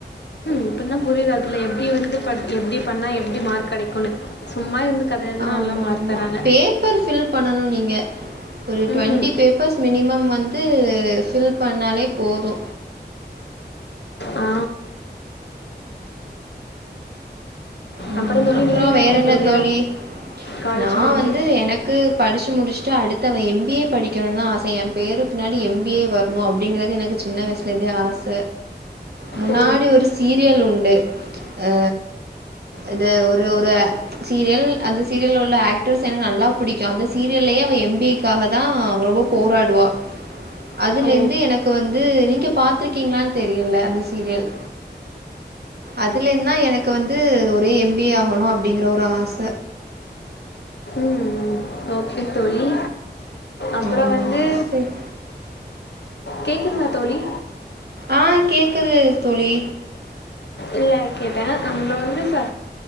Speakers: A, on the left (about 75°); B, on the right (about 65°).
A: இப்பதா புரிது அதுல எப்படி வந்து எப்டி பண்ணா எப்டி மார்க் கெடைக்குன்னு சும்மா இருந்து கதை எழுதுனா
B: ஆமாம்
A: எல்லா மார்க்
B: ஆமாம்
A: தராங்க
B: பேப்பர் ஃபில் பண்ணணு நீங்க ஒரு ட்வெண்ட்டி
A: ம்
B: பேப்பர்ஸ் மினிமம் வந்து ஃபில் பண்ணாலே போது
A: ஆ
B: ம்
A: அப்புறம் தோழி
B: அப்றோ
A: நீங்கள் என்ன
B: வேறென்ன
A: பண்ண போகிறீங்க
B: தோழி
A: காலேஜ்
B: நான்
A: முடிஞ்சு
B: வந்து என க்கு படிச்சு முடிஸ்ட்டு அடுத்தவ எம் பி ஏ படிக்கணுன்தா ஆச என் பேருக் பின்னாடி எம் பி ஏ வர்ணு அப்டிங்கிறது எனக்கு சின்ன வய்ஸ்லர்ந்தே ஆச முன்னாடி
A: ஓ
B: ஒரு சீரியல் உண்டு அ இந்த ஒரு ஒரு சீரியல் அந்த சீரியல்ல உள்ள ஆக்டர்ஸ் எனக்கு நல்லா பிடிக்கு அந்த சீரியல்லயே அவ எம் பி ஏ க்காகதான் அவ ரொம்ப போராடுவா அதுல
A: ஓ
B: இர்ந்து எனக்கு வந்து நீங்க பாத்திருக்கீங்ளான் தெரியில அந்த சீரியல் அதுல இர்ந்தா எனக்கு வந்து ஒரே எம் பி ஏ ஆகணு அப்டிங்குற ஒரு ஆச
A: ம் ம் ஓகே தோழி அப்புறம்
B: ம்
A: வந்து
B: சேர்
A: கேக்குதுங்ளா தோழி
B: ஆ கேக்குது தோழி
A: இல்ல கேட்டேன் அங்க வந்து சா